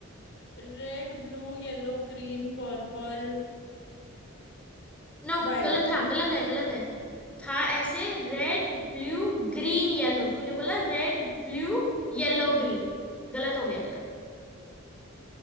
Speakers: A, on the left (about 55°); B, in the centre.
A: Red blue yellow green purple
B: No
A: violet
B: गलत था गलत है गलत है था ऐसे रेड ब्लू ग्रीन येलो तूने बोला रेड ब्लू येलो ग्रीन गलत हो गया तेरा